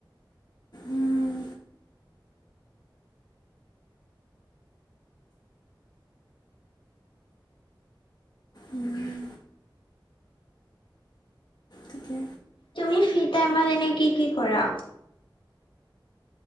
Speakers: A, on the left; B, on the left.
A: উম, উম। ঠিকে
B: তুমি ফ্ৰী টাইমত এনে কি কি কৰা?